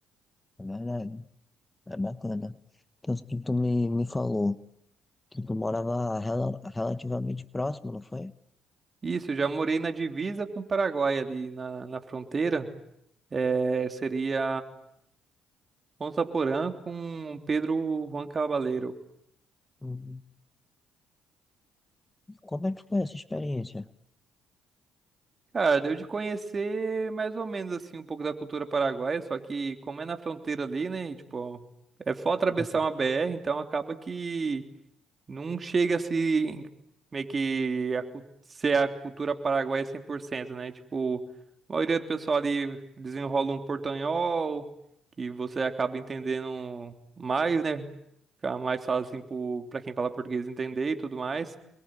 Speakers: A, on the left; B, on the right.
A: É verdade. É bacana. Então, tu tu me, me falou que tu morava rela- relativamente próximo, não foi?
B: Isso, eu já morei na divisa com o Paraguai ali na, na fronteira. É, seria Ponta Porã com Pedro Juan Cabaleiro.
A: Uhum. Como é que foi essa experiência?
B: Cara, deu de conhecer mais ou menos assim um pouco da cultura paraguaia, só que como é na fronteira ali, né? e, Tipo, é só atravessar
A: Uhum.
B: uma BR, então acaba que Não chega assim, meio que a, cu- ser a cultura paraguaia cem por cento né? Tipo, a maioria do pessoal ali desenrola um portanhol, que você acaba entendendo mais, né? Fica mais fácil, assim, pro- pra quem fala português entender e tudo mais.